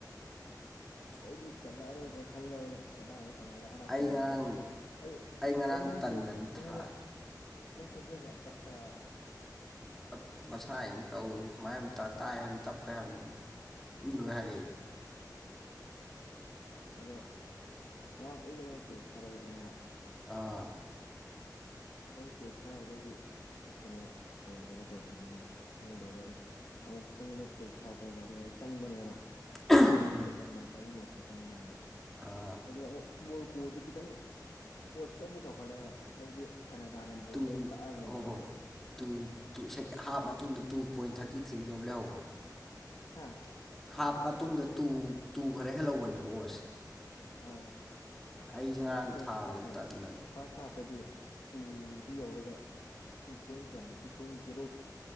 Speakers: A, on the left; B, in the centre.
A: ꯑꯁ ꯑꯩꯗꯤ ꯆꯠꯂꯛꯑꯔꯣꯏꯗ꯭ꯔꯥ ꯈꯜꯂꯕꯅꯦ ꯑꯁ ꯀꯗꯥꯏꯅ ꯀꯅꯥꯗꯅꯗ
B: ꯑꯩ ꯉꯔꯥꯡ
A: ꯇꯛ ꯑꯩ
B: ꯉꯔꯥꯡ
A: ꯅꯉꯣꯟꯗꯦꯛꯁ
B: ꯇꯟꯗꯅ
A: ꯅꯉꯣꯟꯗ
B: ꯊꯥꯗ꯭ꯔꯦ
A: ꯅꯪ ꯈꯣꯖꯤꯒꯁꯤ ꯌꯥꯝ ꯇꯞꯄꯦ
B: ꯞ ꯃꯁꯥ ꯍꯥꯏꯅꯤ ꯇꯧꯔꯤ ꯁꯨꯃꯥꯏ ꯑꯃ ꯇꯥꯏ
A: ꯑꯥ
B: ꯍꯥꯏ ꯇꯞꯄꯦ ꯍꯥꯏꯕꯅꯤ ꯑꯩ ꯃꯤ ꯂꯣꯏ ꯍꯥꯏꯔꯛꯏ
A: ꯑꯗꯣ ꯉꯔꯥꯡ ꯑꯩ ꯅꯉꯣꯟꯗ ꯇꯦꯛꯁ ꯊꯥꯔꯛꯑꯦꯗꯅꯥ ꯑꯃꯛ
B: ꯑꯥ
A: ꯅꯪ ꯇꯦꯛꯁ ꯊꯥꯔꯛꯅꯕꯗꯩꯗꯤ ꯑꯃꯨꯛ ꯀꯩꯅꯣ ꯐꯣꯟ ꯀꯩꯅꯣ ꯇꯧꯗꯕꯅꯤ ꯑꯃꯨꯛ ꯈꯪꯉꯨꯗ꯭ꯔꯦ ꯑꯗꯣ ꯑꯩ ꯑꯃꯨꯛ ꯇꯨꯡꯉꯣꯟꯗ ꯇꯦꯛꯁ ꯊꯥꯔꯛꯄꯅꯦꯕ ꯑꯗꯨꯒ ꯑꯩ ꯆꯪꯕꯅꯦꯕ
B: ꯎꯝ
A: ꯄꯥꯔꯤꯗ ꯆꯪꯕꯅꯦ ꯄꯥꯔꯤ ꯃꯦꯁꯇ ꯆꯪꯕꯅꯦꯕ
B: ꯑꯥ
A: ꯑꯗꯨꯒ ꯑꯃꯨꯛ ꯃꯣꯔꯨꯀꯣꯗꯨ ꯈꯤꯇꯪ ꯑ ꯑꯣꯠꯁꯇꯣ ꯑꯃꯨꯛ ꯆꯥꯎꯈꯠꯂꯛꯑꯦ ꯍꯥꯏꯕꯗꯤ ꯀꯅꯥꯗꯥꯅ ꯕꯣꯜꯗꯣ
B: ꯇꯨ
A: ꯇꯛꯑ ꯂꯩꯕꯅꯤꯅ
B: ꯍꯣꯏ ꯍꯣꯏ ꯇꯨ ꯇꯨ ꯍꯥꯞ ꯃꯇꯨꯡꯗ ꯇꯨ ꯄꯣꯏꯟ ꯊꯥꯔꯇꯤ ꯊ꯭ꯔꯤꯒ ꯑꯗꯨꯝ ꯂꯩꯍꯧꯕꯅꯤ
A: ꯍꯥ
B: ꯍꯥꯞ ꯃꯇꯨꯡꯗ ꯇꯨ ꯇꯨ ꯈꯔ ꯍꯦꯜꯍꯧꯕꯅꯦꯕ ꯑꯣꯁ
A: ꯑꯥ
B: ꯑꯩꯁꯦ ꯉꯔꯥꯡ
A: ꯐꯥꯔꯁ ꯃꯦꯠꯆ
B: ꯊꯥꯗ꯭ꯔꯦ
A: ꯑꯦ
B: ꯇꯟꯗꯅꯤ
A: ꯐꯥꯔꯁ ꯍꯥꯞꯇꯗꯤ ꯇꯨꯗꯤ ꯌꯧꯔꯒ ꯇꯨ ꯄꯣꯏꯟ ꯀꯌꯥꯅꯣ ꯇꯨ ꯄꯣꯏꯟ ꯖꯦꯔꯣ